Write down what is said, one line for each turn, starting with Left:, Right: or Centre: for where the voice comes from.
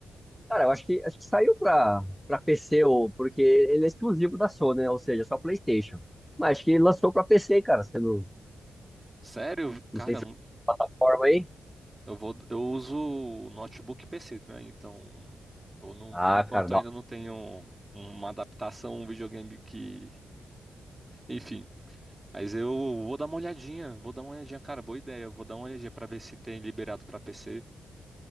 Centre: Cara, eu acho que, acho que saiu pra, pra PC, ou, porque ele é exclusivo da Sony, né? Ou seja, só PlayStation. Mas acho que lançou pra PC, cara, sendo.
Right: Sério? Cara,
Centre: Não sei se é plataforma aí.
Right: eu vou, eu uso notebook e PC, né? Então, eu não,
Centre: Ah,
Right: por enquanto
Centre: cara, dá.
Right: ainda não tenho uma adaptação, um videogame que, enfim. Mas eu vou dar uma olhadinha, vou dar uma olhadinha, cara, boa ideia. Eu Vou dar uma olhadinha pra ver se tem liberado pra PC.